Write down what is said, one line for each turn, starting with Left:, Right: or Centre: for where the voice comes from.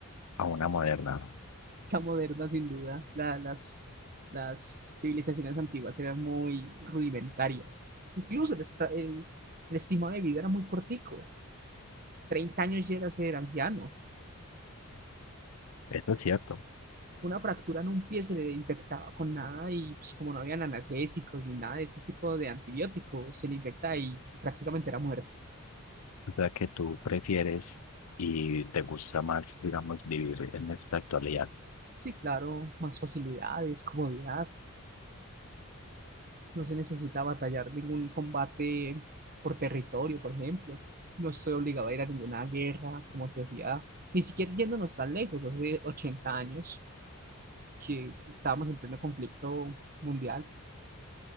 Left: a una moderna.
Right: la moderna, sin duda. La- las, las civilizaciones antiguas eran muy rudimentarias. Incluso el, esta- el, el estimado de vida era muy cortico. treinta años ya era ser anciano.
Left: Eso es cierto.
Right: Una fractura en un pie se le infectaba con nada y pues como no habían analgésicos ni nada de ese tipo de antibióticos, se le infecta y prácticamente era muerte.
Left: O sea, que tú prefieres y te gusta más, digamos, vivir en esta actualidad.
Right: Sí, claro, más facilidades, comodidad, No se necesita batallar ningún combate por territorio, por ejemplo. No estoy obligado a ir a ninguna guerra, como se hacía, ni siquiera yéndonos tan lejos, hace 80 años que estábamos en pleno conflicto mundial,